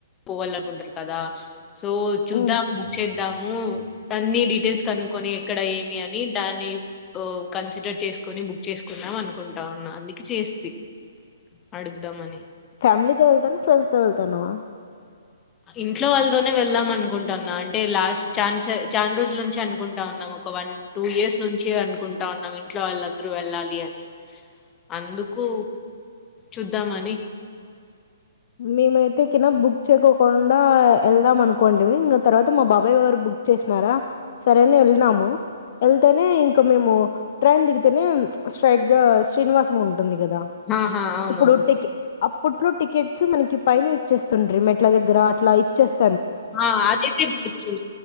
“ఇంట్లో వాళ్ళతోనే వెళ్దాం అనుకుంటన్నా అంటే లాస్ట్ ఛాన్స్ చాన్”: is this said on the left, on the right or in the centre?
Left